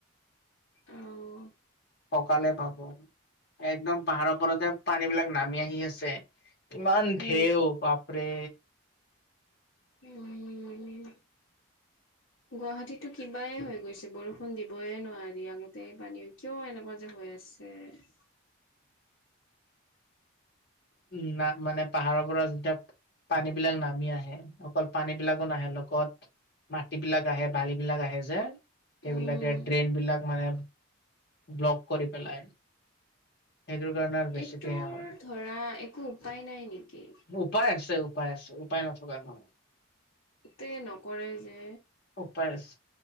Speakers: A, on the left (about 65°); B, on the left (about 50°).
A: অ'।
B: কঁকালে পাব একদম পাহাৰৰ পৰা যে পানী বিলাক নামি আহি আছে। কিমান
A: উম,
B: ঢেও বাপৰে।
A: উম।
B: <inaudible>
A: গুৱাহাটীতো কিবাই হৈ গৈছে, বৰষুণ দিবই নোৱাৰি, আগতে পানী <unintelligible> কিয় এনেকুৱা যে হৈ আছে। <unintelligible>
B: উ না মানে। পাহাৰৰ পৰা যেতিয়া পানী বিলাক নামি আহে, অকল পানী বিলাকো নাহে লগত। মাটি বিলাক আহে, বালি বিলাক আহে যে, সেইবিলাকে
A: উম,
B: ড্ৰেইন বিলাক মানে। ব্লক কৰি পেলাই। সেইটোৰ কাৰণে, বেছিকে
A: এইটোৰ
B: হয়
A: ধৰা একো উপায় নাই নেকি?
B: উপায় আছে। উপায় আছে' উপায় নথকাৰ নহয়।
A: তে নকৰে যে।
B: উপায়